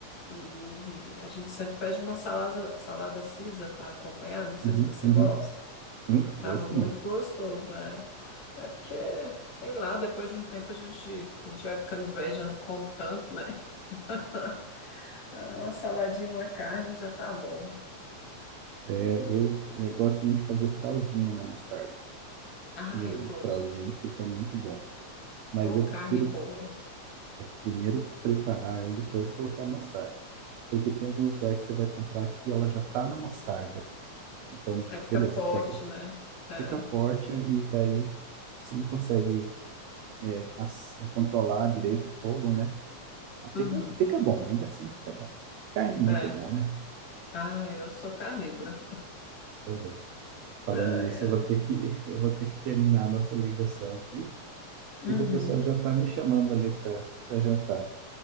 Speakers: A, on the left; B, on the right.
A: E a gente sempre pede uma salada, salada Caesar para acompanhar. Não sei
B: uhum,
A: se você
B: uhum,
A: gosta.
B: uhum. Hum, gosto
A: Tava muito
B: muito.
A: gostoso, é. É porque, sei lá, depois de um tempo a gente, a gente vai ficando velho, já não come tanto, né? <laughs> É, Uma saladinha, uma carne já tá bom.
B: É, eu, é, gosto muito de fazer fraldinha na mostarda.
A: Ah,
B: E
A: eu
B: o
A: gosto.
B: fraldinha fica muito bom. Mas
A: Ou
B: eu
A: carne
B: prefiro
A: boa.
B: primeiro preparar ela, depois colocar a mostarda. Porque tem alguns lugares que você vai comprar que ela já tá na mostarda. Então,
A: Aí fica
B: beleza,
A: forte,
B: pega.
A: né? É.
B: Fica forte e daí você não consegue é, ass- controlar direito o fogo, né? Fica,
A: Uhum.
B: fica bom, ainda assim fica bom. Carne é muito
A: É.
B: bom, né?
A: Ah, eu sou carnívora.
B: Também.
A: <laughs>
B: Falando
A: Ai,
B: nisso,
A: ai.
B: eu vou ter que, <laughs> eu vou ter que terminar a nossa ligação aqui.
A: Uhum.
B: porque o pessoal já tá me chamando ali para jantar.